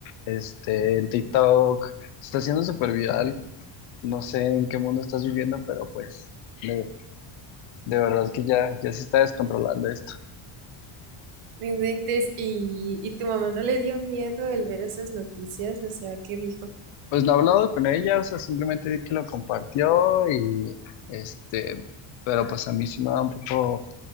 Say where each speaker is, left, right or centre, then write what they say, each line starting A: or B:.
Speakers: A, on the left; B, on the right.
A: este, en TikTok, se está haciendo súper viral. No sé en qué mundo estás viviendo, pero pues de, de verdad que ya, ya se está descontrolando esto.
B: No inventes, y, y tu mamá no le dio miedo el ver esas noticias, o sea, ¿qué dijo?
A: Pues no he hablado con ella, o sea, simplemente vi que lo compartió y este, pero pues a mí sí me da un poco,